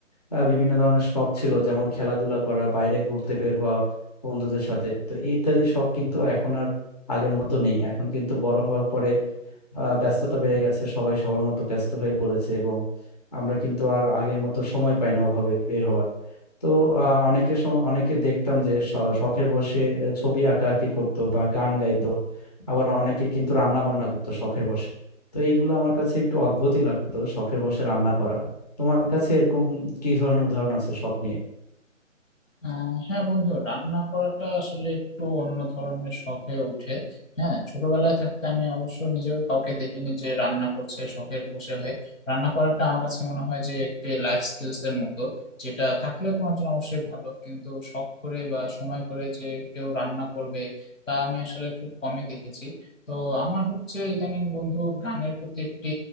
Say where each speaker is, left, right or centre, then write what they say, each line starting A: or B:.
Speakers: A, on the left; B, on the left.
A: আহ, বিভিন্ন ধরনের শখ ছিল যেমন খেলাধুলা করা বাইরে ঘুরতে বের হওয়া বন্ধুদের সাথে তো ইত্যাদি শখ কিন্তু এখন আর আগের মতো নেই এখন কিন্তু বড় হওয়ার পরে আহ, ব্যস্ততা বেড়ে গেছে সবাই সবার মতো ব্যস্ত হয়ে পড়েছে এবং আমরা কিন্তু আর আগের মতো সময় পাই না ওভাবে বের হওয়ার তো আহ, অনেকের সম- অনেকে দেখতাম যে শ- শখের বশে আহ, ছবি আঁকাআঁকি করতো বা গান গাইতো আবার অনেকে কিন্তু রান্না বান্না করতো শখের বশে তো এইগুলো আমার কাছে একটু অদ্ভুতই লাগতো শখের বশে রান্না করা তোমার কাছে এরকম কি ধরনের উদাহরণ আছে শখ নিয়ে
B: আহ, হ্যাঁ বন্ধু রান্না করাটা আসলে একটু অন্য ধরনের শখ হয়ে উঠে হ্যাঁ ছোটবেলায় থাকতে আমি অবশ্য নিজেও কাউকে দেখিনি যে রান্না করছে শখের বসে হয়ে রান্না করাটা আমার কাছে মনে হয় যে একটি লাইফ স্কিলস এর মতো যেটা থাকলে তোমার জন্য অবশ্যই ভালো কিন্তু শখ করে বা সময় করে যে কেউ রান্না করবে তা আমি আসলে খুব কমই দেখেছি তো আমার হচ্ছে ইদানিং বন্ধু গানের প্রতি একটি